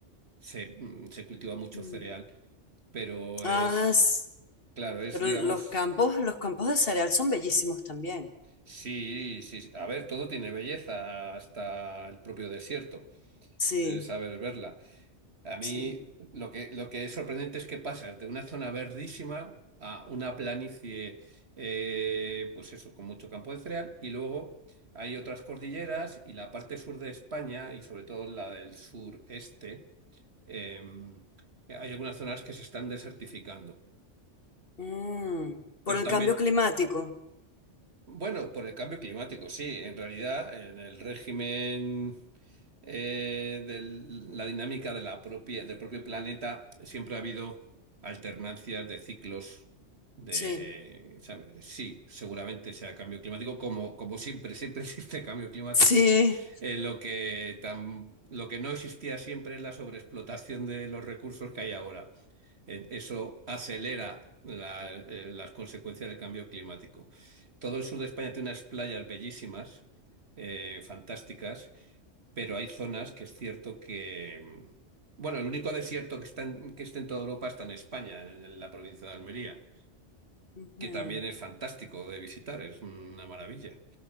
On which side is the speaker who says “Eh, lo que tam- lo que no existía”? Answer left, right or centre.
Right